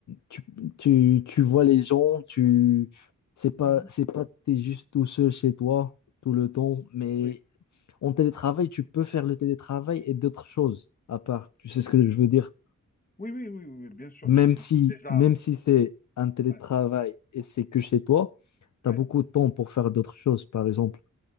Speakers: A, on the left; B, on the left.
A: tu, tu, tu vois les gens, tu, c'est pas,
B: mhm,
A: c'est pas, t'es juste tout seul chez toi tout le temps, mais
B: oui.
A: en télétravail, tu peux faire le télétravail et d'autres choses à part. Tu sais ce que je veux dire?
B: Oui, oui, oui, oui, oui, bien sûr,
A: Même
B: tu peux.
A: si,
B: Déjà.
A: même si c'est un télétravail
B: ouais.
A: et c'est que chez toi, tu
B: Oui,
A: as beaucoup de temps pour faire d'autres choses. Par exemple,